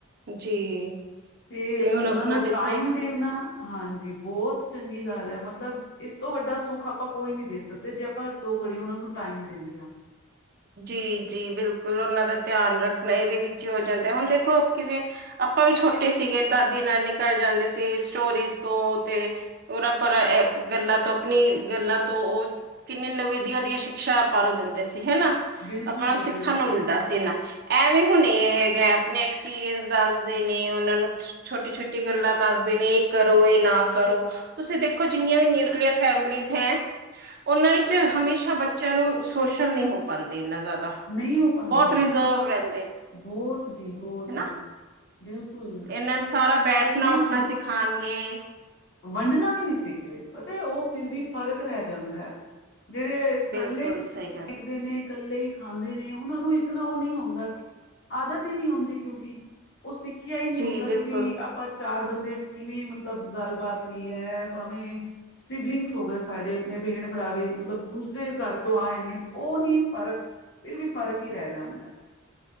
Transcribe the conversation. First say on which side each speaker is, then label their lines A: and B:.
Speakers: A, on the right; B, on the left.
A: ਜੀ
B: ਤੇ
A: ਜੀ ਹੁਣ
B: ਉਹਨਾਂ
A: ਆਪਣਾ
B: ਨੂੰ
A: ਦੇਖੋ
B: ਟਾਈਮ ਦੇਣਾ, ਹਾਂਜੀ ਬਹੁਤ ਚੰਗੀ ਗੱਲ ਹੈ ਮਤ ਮਤਲਬ ਇਸ ਤੋਂ ਵੱਡਾ ਸੁੱਖ ਆਪਾਂ ਕੋਈ ਨੀ ਦੇ ਸਕਦੇ ਜੇ ਆਪਾਂ ਦੋ ਘੜੀ ਉਹਨਾ ਨੂੰ ਟਾਈਮ ਦਿੰਨੈ ਆਂ।
A: ਜੀ ਜੀ ਬਿਲਕੁਲ ਉਹਨਾਂ ਦਾ ਧਿਆਨ ਰੱਖਣਾ ਇਹਦੇ ਵਿੱਚ ਹੀ ਹੋ ਜਾਂਦਾ ਹੁਣ ਦੇਖੋ ਕਿਵੇਂ, ਆਪਾਂ ਵੀ ਛੋਟੇ ਸੀਗੇ ਦਾਦੀ ਨਾਨੀ ਘਰ ਜਾਂਦੇ ਸੀ ਸਟੋਰੀਜ਼ ਤੋਂ ਤੇ, ਉਰਾ ਪਰਾ ਐਹ ਗੱਲਾਂ ਤੋਂ ਆਪਣੀ ਗੱਲਾਂ ਤੋਂ ਉਹ, ਕਿੰਨੀ ਨਵੀ ਵਦੀਆ ਵਦੀਆ ਸ਼ਿਕਸ਼ਾ ਆਪਾਂ ਨੂੰ ਦਿੰਦੇ ਸੀ ਹੈਣਾ
B: ਬਿਲਕੁਲ
A: ਆਪਾਂ ਨੂੰ
B: ਜੀ
A: ਸਿੱਖਣ
B: ਬਿਲਕੁਲ।
A: ਨੂੰ ਮਿਲਦਾ ਸੀ ਇੰਨਾ। ਐਵੇਂ ਹੁਣ ਇਹ ਹੈਗਾ ਆਪਣੇ ਐਕਸਪੀਰੀਅੰਸ ਦੱਸਦੇ ਨੇ ਉਹਨਾਂ ਨੂੰ। ਛੋਟੀ ਛੋਟੀ ਗੱਲਾਂ ਦੱਸਦੇ ਨੇ ਇਹ ਕਰੋ ਇਹ ਨਾ ਕਰੋ। ਤੁਸੀਂ ਦੇਖੋ ਜਿੰਨੀਆਂ ਵੀ ਨਿਊਕਲੀਅਰ ਫੈਮਲੀਜ਼ ਹੈ, ਉਹਨਾਂ ਵਿੱਚ ਹਮੇਸ਼ਾ ਬੱਚਿਆਂ ਨੂੰ ਸੋਸ਼ਲ ਨਹੀਂ ਹੋ ਪਾਂਦੇ ਇੰਨਾ ਜ਼ਿਆਦਾ
B: ਨਹੀਂ ਹੋ ਪਾਉਂਦੇ
A: ਬਹੁਤ ਰਿਜ਼ਰਵ ਰਹਿੰਦੇ।
B: ਬਹੁਤ ਜੀ ਬਹੁਤ
A: ਹਨਾ
B: ਬਿਲਕੁਲ।
A: ਇਹਨਾਂ ਨੂੰ ਸਾਰਾ ਬੈਠਣਾ
B: ਤੇ ਨਾ
A: ਉੱਠਣਾ ਸਿਖਾਉਣਗੇ,
B: ਵੰਡਣਾ ਵੀ ਨਹੀਂ ਸਿੱਖਦੇ ਪਤਾ ਉਹ ਫਿਰ ਵੀ ਫ਼ਰਕ ਰਹਿ ਜਾਂਦਾ ਹੈ। ਜਿਹੜੇ ਇਕੱਲੇ
A: ਬਿਲਕੁਲ ਸਹੀ ਗੱਲ
B: <unintelligible> ਨੇ, ਇਕੱਲੇ ਹੀ ਖਾਂਦੇ ਨੇ ਉਹਨਾਂ ਨੂੰ ਇਤਨਾ ਉਹ ਨਹੀਂ ਹੋਂਦਾ ਆਦਤ ਹੀ ਨਹੀਂ ਹੁੰਦੀ ਕਿਉਂਕਿ। ਉਹ ਸਿੱਖਿਆ ਹੀ ਨਹੀਂ
A: ਜੀ
B: ਹੁੰਦਾ
A: ਬਿਲਕੁਲ
B: ਕਿ ਬਈ ਆਪਾਂ ਚਾਰ ਬੰਦਿਆਂ ਚ ਕਿਵੇਂ ਮਤਲਬ, ਗੱਲਬਾਤ ਵੀ ਹੈ ਭਾਵੇਂ, ਸਿਬਲਿੰਗਸ ਹੋ ਗਏ ਸਾਡੇ ਆਪਣੇ ਭੈਣ ਭਰਾ ਵੀ ਮਤਲਬ ਦੂਸਰੇ ਘਰ ਤੋਂ ਆਏ ਨੇ ਉਹ ਨਹੀਂ ਫਰਕ ਫ਼ਿਰ ਵੀ ਫ਼ਰਕ ਹੀ ਰਹਿ ਜਾਂਦਾ।